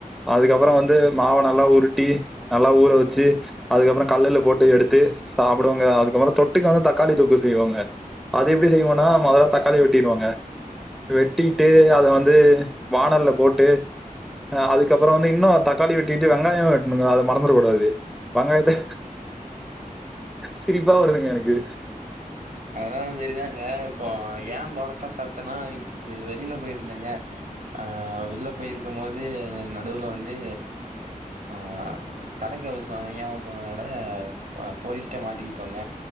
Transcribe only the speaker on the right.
அதல்லா செரிதாங்க இப்போ ஏ பொரட்டா சாப்ட்டனா இன்க்கு வெளில போயிருந்தங்க. அ வெள்ல போயிருக்கம் போது நடுவுல வந்து ஆ தலைக்கவசோ அணியாம போனதுனால ப் அ போலீஸ்ட்ட மாட்டிக்கிட்டோங்க.